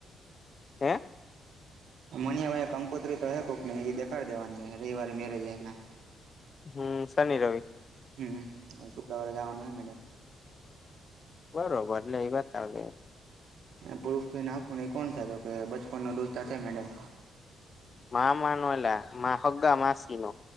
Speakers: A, on the left (about 35°); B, on the right (about 70°).
A: હે
B: મનિયા પાહે કંકુત્રી તો હે, કોકની એ દેખા દેવાની રવિવારે મેરેજ હને. <inaudible>
A: હમ્મ શનિ રવિ
B: હમ્મ હ શુક્રવારે જવાનું હોય, મેડમ
A: બરોબર એટલે એ વાત આવે
B: પ્રુફ તો એ ના આપ એ કોણ થાય, તો કે બચપન નો દોસ્તર મેડમ
A: મામા ન એલા મા હગ્ગા માસી નો